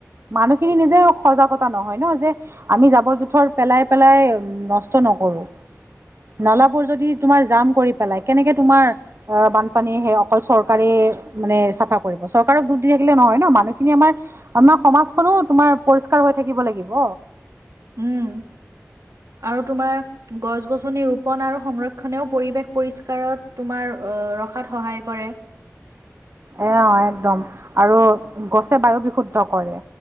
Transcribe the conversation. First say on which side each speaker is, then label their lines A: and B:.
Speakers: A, on the right; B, on the right.
A: মানুহখিনি নিজে সজাগতা নহয় ন যে আমি জাবৰ জোথৰ পেলাই পেলাই নষ্ট নকৰো নালাবোৰ যদি তোমাৰ জাম কৰি পেলাই কেনেকে তোমাৰ আ বানপানী মানে সেই অকল চৰকাৰে মানে চাফা কৰিব চৰকাৰক দুখ দি থাকিলে নহয় ন মানুহখিনি আমাৰ আমাৰ সমাজখনো তোমাৰ পৰিষ্কাৰ হৈ থাকিব দিব লাগিব
B: উম আৰু তোমাৰ গছ গছনি ৰোপন আৰু সংৰক্ষনেও পৰিৱেশ পৰিষ্কাৰত তোমাৰ অ ৰখাত সহায় কৰে
A: অ একদম আৰু গছে বায়ু বিশুদ্ধ কৰে